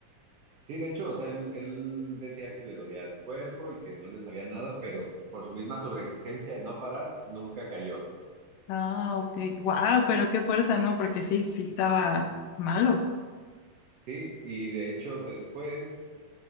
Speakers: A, on the right; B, on the left.
A: sí, de hecho, o sea, él, él decía que le dolía el cuerpo y que no le sabía nada, pero por su misma sobreexigencia de no parar, nunca cayó,
B: Ah, ok, wow, pero qué fuerza, ¿no? Porque sí, sí estaba malo,
A: ¿sí? Y de hecho, después